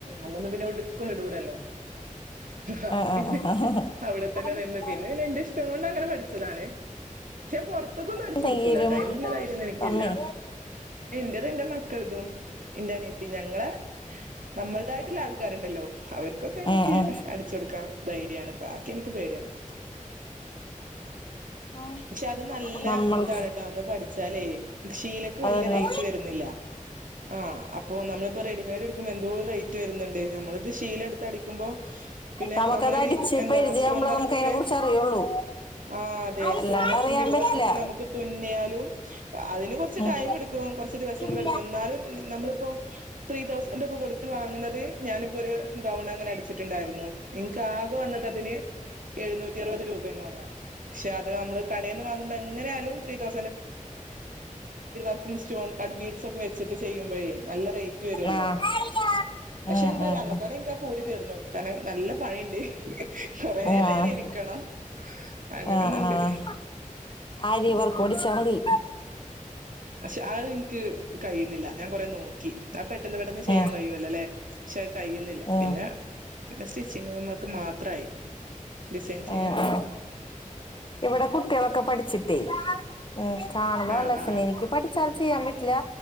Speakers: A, on the right; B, on the left.
A: അന്നൊന്നും എവിട്ക്കും വിടൂലല്ലോ. അപ്പൊ
B: ആഹ് ആഹ്
A: പിന്നെ
B: ആഹ്
A: അവിടെത്തന്നെ നിന്ന് പിന്നെ പിന്നെ എന്റെ ഇഷ് ട്ടങ്ങോണ്ടങ്ങനെ പഠിച്ചതാണ് പക്ഷെൻ പൊർത്തുക്കൊന്നും അടിച്ച്
B: എന്തെങ്കിലും
A: കൊടുക്കൂല ട്ടോ അയ്നുള്ള ദൈര്യൊന്നും എനിക്കില്ല.
B: അമ്മേ
A: എന്റെത് എന്റെ മക്കൾതും എന്റെ അനിയ. പി ഞങ്ങളെ നമ്മള്തായിട്ടുള്ള ആൾക്കാരുണ്ടല്ലോ അവർക്കൊക്കെ ഇൻക്ക്
B: ഉം
A: അട് ച്ചൊട്ക്കാൻ ധൈര്യാണ് ബാക്കിൻക്ക് പേടിയാണ്.
B: ഉം
A: ക്ഷെ അത് നല്ല
B: നമ്മൾക്ക്
A: ഇതാണ് ട്ടോ നമ്മള് പട് ച്ചാൽ ശീലക്ക് വല്യ
B: അതന്നെ
A: റേറ്റ് വരുന്നില്ല ആഹ് അപ്പോ നമ്ള്. ഇപ്പൊ റെഡിമൈഡ് എടുക്കുമ്പോ എന്തോര് റേറ്റ് വരുന്നുണ്ട് നമ്മളത് ശീലട്. ത്തടിക്കുമ്പോ പിന്നെ
B: നമുക്കത്
A: നമ്മള്
B: അടിച്ച്
A: ഈ എന്താ
B: പരിചയാവുമ്പളേ
A: സ്റ്റോൺ വർക്കൊക്കെ.
B: നമുക്ക് അതിനെ കുറിച്ച് അറിയുള്ളൂ
A: ആഹ് അതെ
B: അല്ലാണ്ട്
A: സ്റ്റോൺ വർക്കും
B: അറിയാൻ
A: ബീട്
B: പറ്റില്ല
A: വർക്കും ഒക്കെ നമുക്ക് തുന്നിയാലും അതിന് കൊറച്ച്
B: ഉം
A: ടൈം എടുക്കും. കുറച്ച് ദിവസങ്ങൾ
B: ഉം
A: എടുക്കും എന്നാലും നമ്മളിപ്പോ ത്രീതൗസഡ് ഒക്കെ കൊടുത്ത് വാങ്ങുന്നത് ഞാനിപ്പോ ഒരു ഗൗൺ അങ്ങനെ അടിച്ചിട്ടുണ്ടായിരുന്നു എനിക്ക് ആകെ വന്നട്ടതിന് എഴുന്നൂറ്റ റപത് രൂപയുംങ്ങാന പക്ഷെ അത് നമ്മള് കടന്ന് വാ എങ്ങനാലും ത്രീ തൗ ർക്കും സ്റ്റോൺ കാഡ് ബീഡസ് ഒക്കെ വെച്ചിട്ട് ചെയ്യുമ്പോേ നല്ല റേറ്റ് വരുല്ലോ
B: ആഹ് ആഹ് ആഹ്
A: പക്ഷെ
B: ഉം
A: എന്താ പറയാ
B: ഉം
A: അന്നത്തോടെ എനിക്കാ പൂനി തീർന്നു കാരണം നല്ല പണിയുണ്ട് കുറെ
B: ആഹ്
A: നേരം ഇരിക്കണം അങ്ങനെയൊന്നുണ്ട്
B: ആഹ് ആഹ് ആരിവർക്ക ഓടിച്ചതി
A: പക്ഷെ അത് എനിക്ക് കഴിയുന്നില്ല ഞാൻ കൊറെ നോക്കി അപ്പ പെട്ടെന്ന് പെട്ടെന്ന്
B: ഉം
A: ചെയ്യാൻ കഴിയുവല്ലോ അല്ലെ പക്ഷെ കഴിയുന്നില്ല
B: ഉം
A: പിന്നെ പിന്നെ സ്റ്റിച്ചിങ്ങ ഒക്കെ മാത്രമായി ഡിസൈൻ ചെയ്യാണ്
B: ഉം ഇവിടെ കുട്ടികളൊക്കെ പഠിച്ചിട്ടേ ഉം കാണുന്നു
A: ആഹ്
B: അല്ലത്തന്നെ
A: ആഹ്
B: എനിക്ക് പഠിക്ക വച്ചാല ചെയ്യാൻ പറ്റില്ല